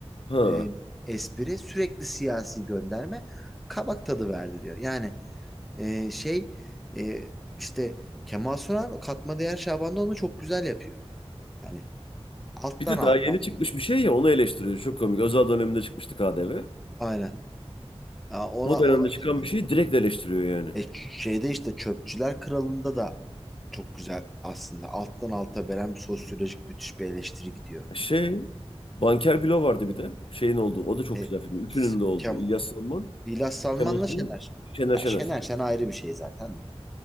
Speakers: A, on the left (about 55°); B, in the centre.
A: ha.
B: e, espri sürekli siyasi gönderme kabak tadı verdi diyor. Yani ee, şey e, işte Kemal Sunal katma değer Şaban'da onu çok güzel yapıyor. Hani alttan
A: Bir de
B: alttan
A: daha yeni çıkmış bir şey ya onu eleştiriyor. Çok komik. Özal döneminde çıkmıştı KDV.
B: aynen. Ya ona
A: O dönemde
B: ona
A: çıkan
B: gönderiyor.
A: bir şeyi direkt eleştiriyor yani.
B: E, şeyde işte Çöpçüler Kralı'nda da çok güzel aslında. Alttan alta veren bir sosyolojik müthiş bir eleştiri gidiyor.
A: Şey, Banker Bilo vardı bir de. Şeyin olduğu. O da çok
B: E,
A: güzel film. Ütünün de olduğu.
B: Kem,
A: İlyas Salman.
B: İlyas Salman'la
A: Cem Osman,
B: Şener Şen.
A: Şener
B: Ya
A: Şener.
B: Şener Şen ayrı bir şey zaten de.